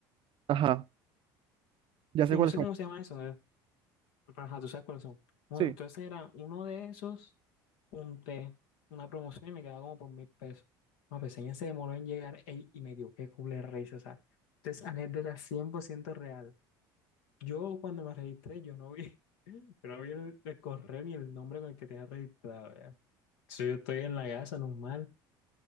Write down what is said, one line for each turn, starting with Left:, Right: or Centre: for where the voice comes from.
Right: Ajá, ya
Left: O
Right: sé cuáles
Left: no sé
Right: son.
Left: cómo se llama eso, ¿no? Pero ajá, tú sabes cuáles son. Bueno,
Right: Sí,
Left: entonces era uno de esos un té, una promoción y me quedaba como por mil pesos. La peseña se demoró en llegar ey, y me dio qué culé risa, o sea, entonces anécdota 100% real. Yo cuando me registré, yo no vi, <laughs> yo no vi el, el correo ni el nombre con el que tenía registrado, ya. Entonces yo estoy en la casa normal